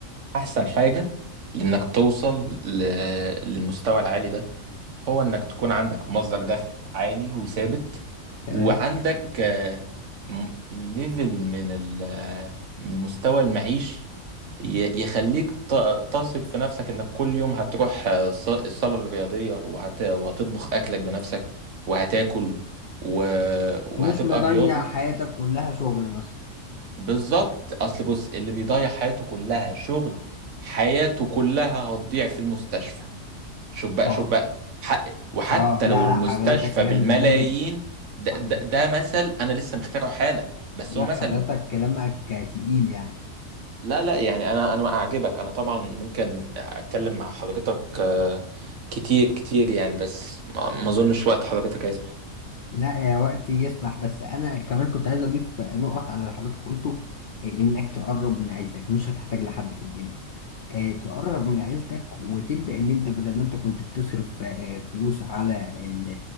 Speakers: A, on the right; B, on the left.
A: احسن حاجة لانك توصل ل- للمستوى العالي ده هو انك تكون عندك مصدر دخل عالي وثابت
B: تمام
A: وعندك آه، م- ليفل من ال- آه، من مستوى المعيشي ي- يخليك ت- تثق في نفسك انك كل يوم هتروح آه، الص- الصالة الرياضية وهت... وهتطبخ اكلك بنفسك وهتاكل و...
B: مش
A: وهتبقى
B: مضيع
A: رياضي
B: حياتك كلها شغل مثلا
A: بالظبط اصل بص اللي بيضيع حياته كلها شغل حياته كلها هتضيع في المستشفى شوف بقى
B: اه
A: شوف بقى حق وحتى
B: اه لا
A: لو المستشفى
B: لا حضرتك كلام
A: بالملايين
B: جميل
A: ده,
B: صحيح
A: ده, ده مثل انا لسه مخترعه حالا بس
B: لا
A: هو مثل
B: حضرتك كلامك تقيل يعني
A: لا لا يعني انا انا اعجبك انا طبعا ممكن اتكلم مع حضرتك آه، كتير كتير يعني بس ما ما اظنش وقت حضرتك هيسمح
B: لا يا وقتي يسمح بس انا كمان كنت عايز اضيف نقط على اللي حضرتك قلته إيه، انك تقرب من عيلتك مش هتحتاج لحد في الدنيا آه، تقرب من عيلتك وتبدأ ان انت بدل ما انت كنت بتصرف آه، فلوس على ال-